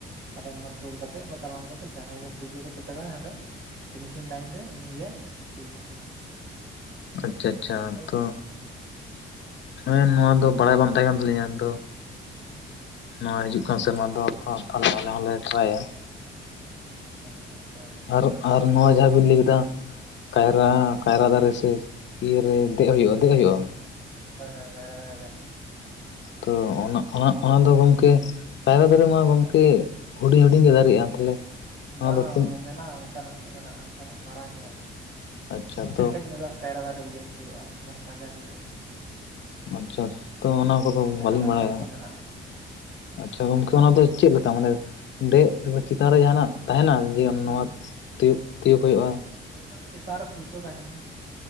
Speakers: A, on the right (about 70°); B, on the left (about 65°).
A: ᱟᱫᱚ ᱚᱱᱟ ᱫᱟᱹᱲ ᱠᱟᱛᱮ ᱠᱚ ᱛᱟᱲᱟᱢ ᱠᱟᱛᱮ ᱡᱟᱦᱟᱸᱭ ᱜᱮ ᱯᱩᱭᱞᱳ ᱨᱮ ᱥᱮᱴᱮᱨᱟᱭ ᱦᱟᱸᱰᱮ᱾ ᱤᱱ ᱞᱟᱹᱭᱤᱱ ᱨᱮ ᱩᱱᱤ ᱜᱮ ᱯᱳᱭᱞᱩ ᱾
B: ᱟᱪᱪᱷᱟ ᱟᱪᱪᱷᱟ, ᱛᱚ
A: ᱦᱩᱭᱩᱜᱼᱟ
B: ᱦᱮᱸ, ᱱᱚᱣᱟ ᱫᱚ ᱵᱟᱲᱟᱭ ᱵᱟᱝ ᱛᱟᱦᱮᱸ ᱠᱟᱱ ᱛᱟᱹᱞᱤᱧᱟ ᱛᱚ ᱾ ᱱᱚᱣᱟ ᱦᱤᱡᱩᱜ ᱠᱟᱱ ᱥᱮᱨᱢᱟ ᱫᱚ ᱛᱚ ᱛᱟᱦᱞᱮ ᱟᱞᱮ ᱦᱚᱸᱞᱮ ᱴᱨᱟᱭᱟ ᱾
A: ᱦᱮᱸ ᱦᱮᱸ ᱛᱚᱵᱮ <unintelligible> ᱯᱮ ᱾
B: ᱟᱨ ᱟᱨ ᱱᱚᱣᱟ ᱡᱟᱦᱟᱸ ᱵᱤᱱ ᱞᱟᱹᱭ ᱠᱮᱫᱟ ᱾ ᱠᱟᱭᱨᱟ ᱠᱟᱭᱨᱟ ᱫᱟᱨᱮ ᱥᱮ ᱤᱭᱟᱹ ᱨᱮ ᱫᱮᱡ ᱦᱩᱭᱩᱜᱼᱟ ᱫᱮᱡ ᱦᱩᱭᱩᱜᱼᱟ ᱾
A: ᱦᱳᱭ ᱦᱳᱭ, ᱠᱟᱭᱨᱟ ᱫᱟᱨᱮ ᱨᱮ ᱾
B: ᱛᱚ ᱚᱱᱟ ᱚᱱᱟ ᱫᱚ ᱜᱚᱝᱠᱮ᱾ ᱠᱟᱭᱨᱟ ᱫᱟᱨᱮ ᱢᱟ ᱜᱚᱝᱠᱮ ᱦᱩᱰᱤᱧ ᱦᱩᱰᱤᱧ ᱜᱮ ᱫᱟᱨᱮᱜᱼᱟ, ᱛᱟᱦᱚᱞᱮ᱾
A: ᱵᱟᱝ
B: ᱚᱱᱟ ᱫᱚ ᱛᱤᱱ
A: ᱢᱮᱱᱟᱜᱼᱟ, ᱚᱱᱠᱟ ᱱᱟᱜ ᱢᱮᱱᱟᱜᱼᱟ ᱚᱱᱠᱟ ᱱᱟᱜ ᱢᱟᱨᱟᱝ ᱧᱚᱜᱟᱜ
B: ᱟᱪᱪᱷᱟ
A: ᱱᱚᱠᱟ
B: ᱛᱚ
A: ᱠᱮᱴᱮᱡ ᱧᱚᱜᱟᱜ᱾ ᱠᱟᱭᱨᱟ ᱫᱟᱨᱮ ᱤᱭᱟᱹ ᱦᱩᱭᱩᱜᱼᱟ ᱢᱟᱱᱮ ᱯᱟᱸᱡᱟ ᱦᱩᱭᱩᱜᱼᱟ ᱾
B: ᱟᱪᱪᱷᱟ, ᱛᱚ ᱚᱱᱟ ᱠᱚᱫᱚ
A: ᱡᱮ
B: ᱵᱟᱹᱞᱤᱧ
A: ᱦᱟᱱᱟ
B: ᱵᱟᱲᱟᱭᱟ
A: ᱱᱚᱣᱟ ᱠᱚᱨᱮ ᱢᱮᱱᱟᱜᱼᱟ
B: ᱾ ᱟᱪᱪᱷᱟ ᱜᱚᱝᱠᱮ, ᱚᱱᱟ ᱫᱚ ᱪᱮᱫ ᱞᱮᱠᱟ ᱢᱟᱱᱮ ᱫᱮᱡ ᱪᱮᱛᱟᱱ ᱨᱮ ᱡᱟᱦᱟᱸᱱᱟᱜ ᱛᱟᱦᱮᱱᱟ? ᱡᱮ
A: ᱦᱩᱸ
B: ᱱᱚᱣᱟ ᱛᱤᱭᱳᱜ ᱛᱤᱭᱳᱜ ᱦᱩᱭᱩᱜᱼᱟ ᱾
A: ᱦᱳᱭᱛᱚ ᱚᱱᱮ ᱪᱮᱛᱟᱱ ᱨᱮ ᱯᱩᱭᱥᱟ ᱛᱟᱦᱮᱱᱟ ᱾